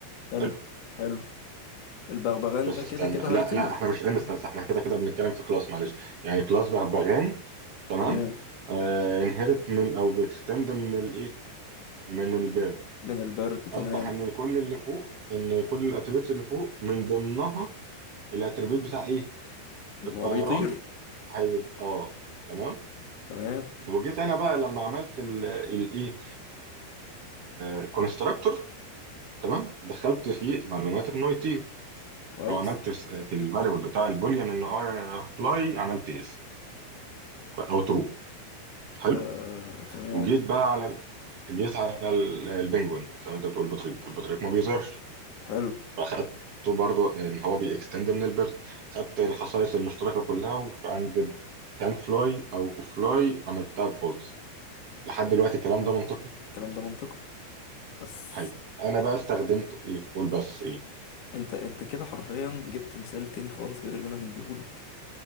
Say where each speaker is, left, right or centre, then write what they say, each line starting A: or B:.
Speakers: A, on the left; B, on the right.
A: حلو
B: حلو
A: حلو البغبغان
B: بس
A: ده
B: استنى
A: كده كده
B: لا
A: هيطير
B: لا احنا مش انستنس
A: ماشي
B: احنا كده كده بنتكلم في كلاس معلش يعني كلاس بغبغان تمام
A: تمام
B: انهرت من او بيكستند من الايه من البيرد
A: من البرد تمام
B: اصبح ان كل اللي فوق ان كل الاتريبيوتس اللي فوق من ضمنها الاتريبيوت بتاع ايه
A: ان
B: الطيران
A: هو بيطير
B: هي اه تمام
A: تمام
B: وجيت انا بقى لما عملت ال الايه الكونستراكتور تمام دخلت فيه معلومات النوع تي
A: كويس
B: او عملت في الفاريبل بتاع البوليان ان فلاي عملت يس او ترو حلو
A: آه تمام
B: وجيت بقى على ال- جيت على ال- البنجوين زي ما انت بتقول بطريق البطريق ما بيظهرش
A: حلو
B: فاخدته برضو ان هو بيكستند من البرد خدت الخصائص المشتركه كلها وعند كان فلاي او فلاي عملتها بفولس لحد دلوقتي الكلام
A: حلو
B: ده منطقي
A: الكلام ده منطقي بس
B: حلو انا بقى استخدمته ايه قول بس ايه
A: انت انت كده حرفيا جبت مثال تاني خالص غير اللي انا مديهولك